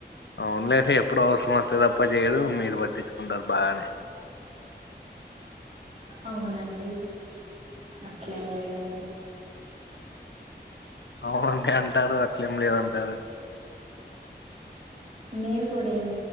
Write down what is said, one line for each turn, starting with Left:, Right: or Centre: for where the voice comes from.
Left: అవునులేండి ఎప్పుడు అవసరం వస్తే తప్ప చేయదు మీరు పట్టించుకుంటారు బాగానే
Right: అవునండి అట్లేం లేదండి
Left: అవునండి అంటారు అట్లేం లేదుంటారు <inaudible>
Right: మీరు కూడా ఏం